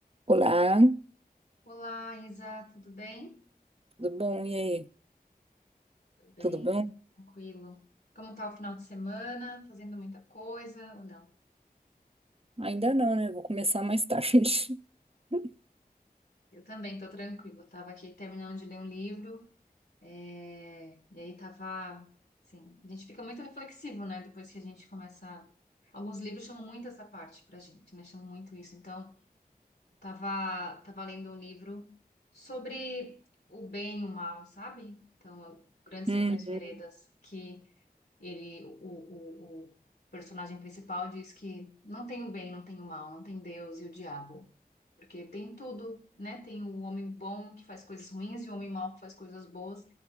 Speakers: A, on the right; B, on the left.
A: Olá,
B: Olá, Isa, tudo bem?
A: tudo bom? E aí?
B: Tudo bem,
A: Tudo bom?
B: tudo tranquilo. Como tá o final de semana? Fazendo muita coisa ou não?
A: Ainda não, né? Vou começar mais tarde. <laughs>
B: Eu também tô tranquila. Tava aqui terminando de ler um livro, é, e aí tava, assim, a gente fica muito reflexivo, né? Depois que a gente começa, alguns livros chamam muito essa parte pra gente, né? Chamam muito isso. Então, tava, tava lendo um livro sobre o bem e o mal, sabe? Então, é Grandes
A: Uhum.
B: Sertões Veredas, que Ele, o, o, o personagem principal diz que não tem o bem, não tem o mal, não tem Deus e o diabo. Porque tem tudo, né? Tem o homem bom que faz coisas ruins e o homem mau que faz coisas boas.